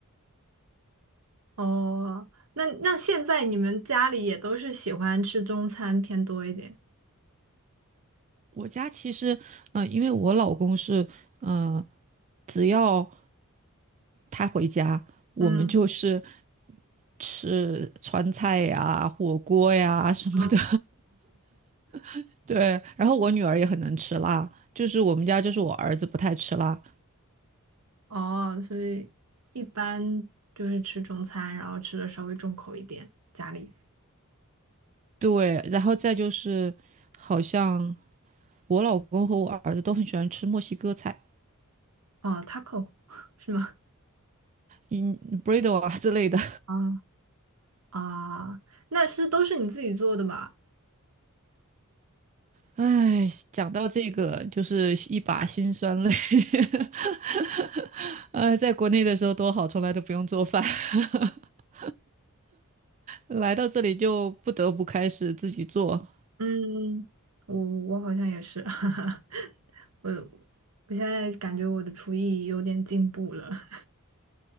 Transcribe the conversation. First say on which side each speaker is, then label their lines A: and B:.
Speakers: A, on the right (about 85°); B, on the right (about 30°).
A: 哦，那那现在你们家里也都是喜欢吃中餐偏多一点。
B: <laughs> 我家其实，嗯、因为我老公是，嗯、只要他回家，我们就是
A: 嗯，
B: 吃川菜呀、火锅呀什么的。
A: 嗯，
B: <laughs> 对，然后我女儿也很能吃辣，就是我们家就是我儿子不太吃辣。
A: 哦，所以一般就是吃中餐，然后吃的稍微重口一点。家里
B: 对，然后再就是好像我老公和我儿子都很喜欢吃墨西哥菜，
A: 哦，taco <laughs> 是吗？
B: 嗯 b r r i d o 啊之类的。
A: 啊，啊，那是都是你自己做的吧？
B: 唉，讲到这个就是一把辛酸泪。<laughs> 呃，在国内的时候多好，从来都不用做饭。<laughs> 来到这里就不得不开始自己做，
A: 嗯，我我好像也是，<laughs> 我我现在感觉我的厨艺有点进步了。